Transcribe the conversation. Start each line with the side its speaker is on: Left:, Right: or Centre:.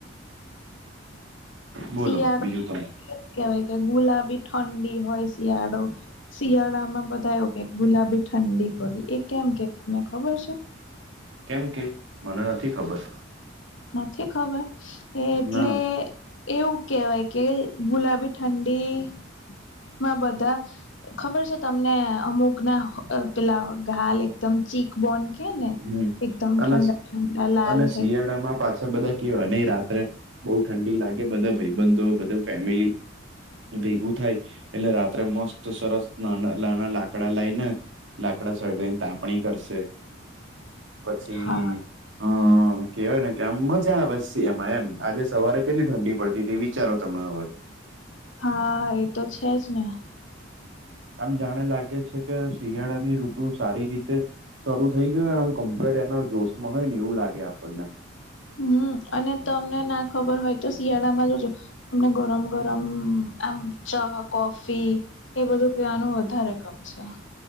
Right: બોલો
Left: શિયાળા
Right: બીજું તમે.
Left: કેવાય કે ગુલાબી ઠંડી હોય શિયાળો. શિયાળામાં બધા કે ગુલાબી ઠંડી પડી. એ કેમ કે તમને ખબર છે?
Right: કેમ કે? મને નથી ખબર.
Left: નથી ખબર? એ એટલે
Right: ના
Left: એવું કહેવાય કે ગુલાબી ઠંડી માં બધા ખબર છે તમને અમુક ના પેલા ઘાલ એ એકદમ ચીક બોન કે ને
Right: હમ
Left: એકદમ
Right: અને
Left: ઠંડા ઠંડા લાલ
Right: અને
Left: થઇ
Right: શિયાળામાં પાછા બધા કેવા નહી રાત્રે બહુ ઠંડી લાગે બધા ભાઈબંધો, બધા ફેમિલી ભેગું થાય એટલે રાત્રે મસ્ત સરસ નાના નાના લાકડા લાયને લાકડા સળગાઈ ને તાપણી કરશે. પછી
Left: હા
Right: હહ હહ કહેવાય ને કે આમ મજા આવે સે એમાં એમ. આજે સવારે કેટલી ઠંડી પડતી તી વિચારો તમે હવે.
Left: હા એતો છે જ ને.
Right: આમ જાણે લાગે છે કે શિયાળાની ઋતુ સારી રીતે શરૂ થઈ ગયું આમ કમ્પ્લેટ એના જોશમાં હોય ને એવું લાગે આપણને.
Left: હમ અને તમને ના ખબર હોય તો શિયાળામાં જોજો તમને ગરમ ગરમ આમ ચા, કોફી એ બધું પીવાનું વધારે ગમશે.